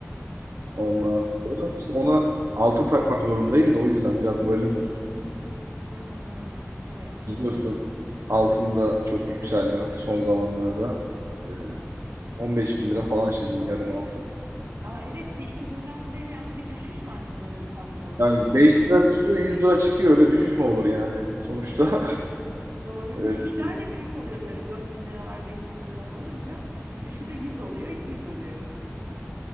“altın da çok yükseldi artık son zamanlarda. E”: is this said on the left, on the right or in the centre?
Right